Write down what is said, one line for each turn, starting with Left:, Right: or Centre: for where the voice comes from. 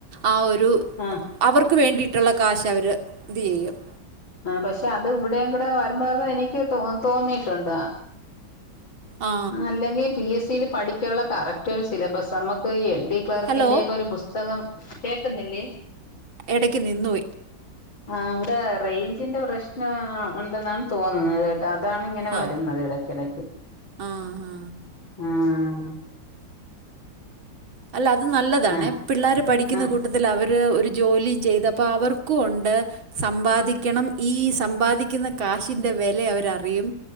Right: ആഹ് ഒരു
Left: ആ
Right: അവർക്ക് വേണ്ടീട്ടുള്ള കാശ് അവര് ഇതെയ്യും
Left: ആഹ് പക്ഷെ അത് ഇവിടെം കൂടെ വരണ്ടന്ന് എനിക്ക് തോ തോന്നിട്ടുണ്ടോ?
Right: ആ
Left: അല്ലെങ്കിൽ പി എസ് സിൽ പഠിക്കാനുള്ള കറക്റ്റ് ഒരു സിലബസ് നമുക്ക് ഈ എൽ ഡി ക്ലർക്കിന്റെക്കെ
Right: ഹലോ
Left: ഒരു പുസ്തകം കേൾക്കുന്നില്ലേ
Right: എടക്ക് നിന്നുപോയി
Left: ആഹ് ഇവിടെ റേഞ്ചിന്റെ പ്രശ്നം ഉണ്ടെന്നാണ് തോന്നുന്നത് കെ അതാണ് ഇങ്ങനെ
Right: ആ
Left: വരുന്നത് എടക്കെടക്ക്
Right: ആ ആ
Left: ഉംഹ്
Right: അല്ല അത് നല്ലതാണെ,
Left: ആ
Right: പിള്ളാര് പഠിക്കുന്ന
Left: ആ
Right: കു സത്യത്തില് അവര് ഒരു ജോലി ചെയ്തപ്പോ അവർക്കും ഒണ്ട് സമ്പാദിക്കണം ഈ സമ്പാദിക്ക്ന്ന കാശിന്റെ വെല അവരറിയും.